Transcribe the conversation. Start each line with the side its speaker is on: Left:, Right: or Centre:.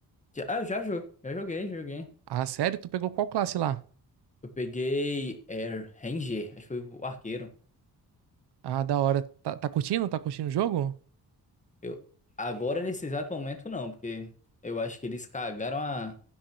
Left: Já, ah, já, jo- já joguei, já joguei.
Right: Ah, sério? Tu pegou qual classe lá?
Left: Eu peguei Air Ranger, acho que foi o arqueiro.
Right: Ah, da hora. Tá, tá curtindo? Tá curtindo o jogo?
Left: Eu, agora, nesse exato momento, não, porque eu acho que eles cagaram a,